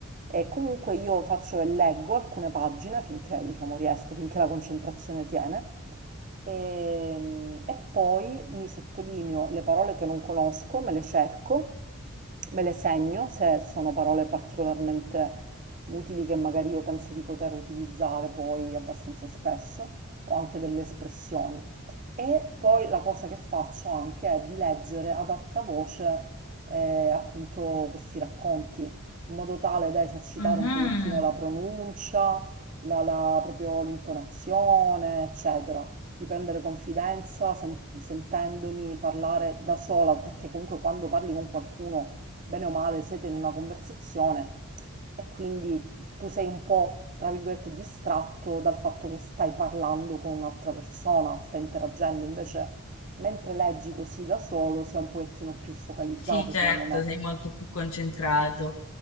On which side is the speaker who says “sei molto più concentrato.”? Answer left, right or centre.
Left